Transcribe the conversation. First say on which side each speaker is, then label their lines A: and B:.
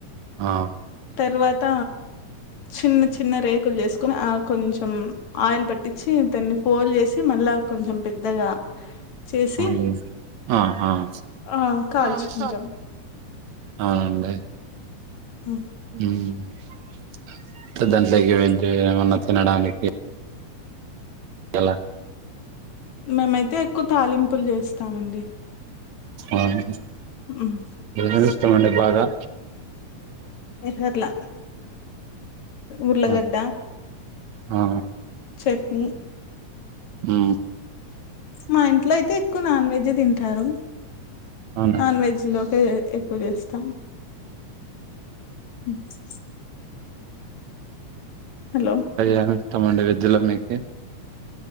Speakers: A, on the right; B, on the left.
A: ఆ
B: తర్వాత చిన్న చిన్న రేకులు చేస్ కుని ఆ కొంచెం ఆయిల్ పట్టించి దాన్ని ఫోల్డ్ చేసి మళ్ళా కొంచెం పెద్దగా చేసి
A: మ్ ఆ హా
B: ఆ కాల్చుకుంటాం
A: హా ఆ అండి
B: ఆ
A: మ్ దాంట్లోకి వెజ్ ఏమన్నా తినడానికి ఎలా
B: మేమైతే ఎక్కువ తాలింపులు చేస్తామండి
A: అవున
B: ఉమ్.
A: ఏం ఇష్టమండి బాగా
B: రట్ల ఊర్లగడ్డ
A: ఆ ఆ
B: చట్నీ
A: మ్
B: మా ఇంట్ల అయితే ఎక్కువ నాన్ వెజ్ యే తింటారు
A: అవును
B: నాన్ వెజ్ లోకే ఎక్కువ చేస్తాం హ <inaudible> హలో
A: ఏమేస్తామండి వెజ్ ల మీదికి